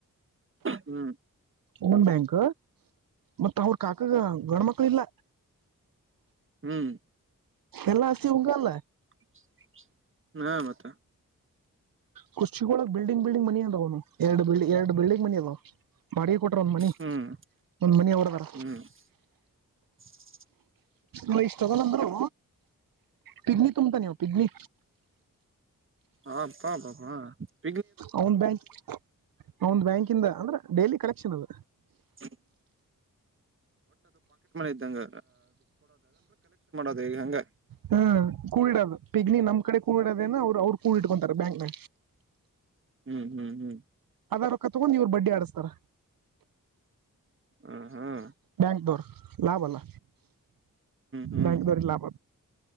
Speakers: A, on the right; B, on the right.
A: ಹ್ಮ್
B: ಒನ್ ಬ್ಯಾಂಕ್ ಮತ್ತ ಅವ್ರ ಕಾಕಾಗ ಗಂಡ್ಮಕ್ಕಳ ಇಲ್ಲ.
A: ಹ್ಮ್
B: ಎಲ್ಲಾ ಆಸ್ತಿ
A: <inaudible>
B: ಅವಂಗ ಅಲ್ಲ
A: ಹಾ ಮತ್ತ.
B: ಕುಖರ್ಚಿಳ ಬಿಡಿಂಗ್ ಬಿಡಿಂಗ ಮನಿ ಅಂದನು ಎರಡುಲ್ ಎರಡು ಬಿಲ್ಡಿಂಗ್ ಮನ ಅಲ್ಲ. ಮಾಡಿಗೆ ಕೊಟ್ರ ಒಂದ್ ಮನಿ
A: ಹ್ಮ್
B: ಒಂದ್ ಮನಿ ಅವ್ರದಾರ.
A: ಹ್ಮ್ <inaudible>
B: ನ ಇಷ್ಟ ತಗೊಂಡಂದ್ರು ಪಿಗ್ನಿ ತುಂಬಂತ ನೀವು ಪಿಗ್ನಿ.
A: ಹಪ <inaudible>
B: ಅವನ್ ಬ್ಯಾಂಕ್ ಅವನ್ ಬ್ಯಾಂಕ ಇಂದ ಅಂದ್ರ ಡೈಲಿ ಕಲೆಕ್ಷನ್ ಅದ.
A: ಸರಿ. ಇದ್ದಂಗ ಅದ ಈಗ ಹಂಗ
B: ಹಾ ಕೂಲ್ಡ್ ಅದು. ಪಿಗ್ನಿ ನಮ್ ಕಡೆ ಕೂಡೋದೇನ ಅವ್ರು ಅವ್ರು ಕೂ ಇಟ್ಕೊತಾರೆ ಬ್ಯಾಂಕ್ನ.
A: ಹ್ಮ್ ಹ್ಮ್ ಹ್ಮ್.
B: ಅದರ ಕ ತಗೊಂಡು ಇವ್ರು ಬಡ್ಡಿ ಆಡಿಸ್ತಾರ.
A: ಹ್ಮ ಹ್ಮ್.
B: ಬ್ಯಾಂಕ್ದವ್ರು ಲಾಭ ಅಲ್ಲ
A: ಹ್ಮ್
B: ಬ್ಯಾಂಕ್ ದವರಿಗೆ ಲಾಭ.